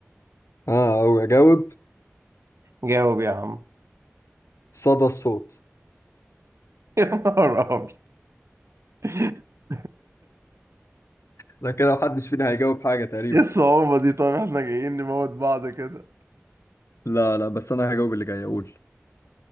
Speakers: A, on the left; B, on the right.
A: اه او اجاوب
B: جاوب يا عم
A: صدى الصوت
B: <laughs> يا نهار أبيض <laughs>
A: ده كده محدش فينا هيجاوب حاجة تقريبا
B: ايه الصعوبة دي طيب احنا جايين نموت بعض كده
A: لا لا بس انا هجاوب اللي جاي اقول